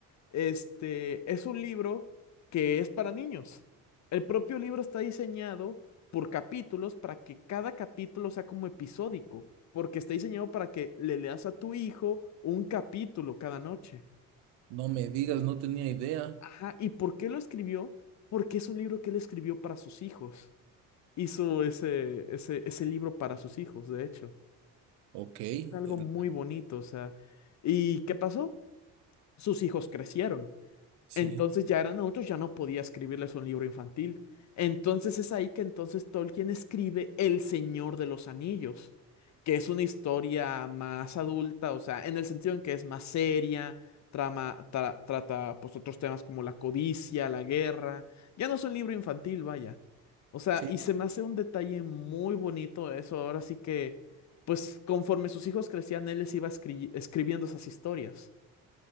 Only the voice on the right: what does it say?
No me digas, no tenía idea.
Ok,
el-
sí,
sí,